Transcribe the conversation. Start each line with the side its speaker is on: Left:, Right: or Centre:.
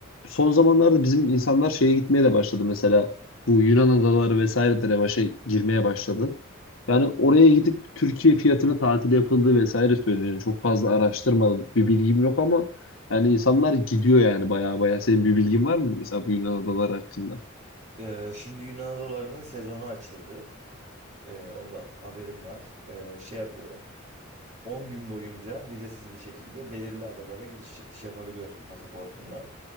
Left: son zamanlarda bizim insanlar şeye gitmeye de başladı mesela. Bu Yunan adaları vesaire de revaşa girmeye başladı. Yani oraya gidip Türkiye fiyatına tatil yapıldığı vesaire söyleniyor. Çok fazla araştırmadım. Bir bilgim yok ama yani insanlar gidiyor yani baya baya. Senin bir bilgin var mı mesela bu Yunan adaları hakkında?
Right: Ee, şimdi Yunan adalarının sezonu açıldı. Ee, onda haberim var. Ee, şey yapıyorlar. 10 gün boyunca vizesiz bir şekilde belirli adalara giriş çıkış yapabiliyorsun pasaportunla.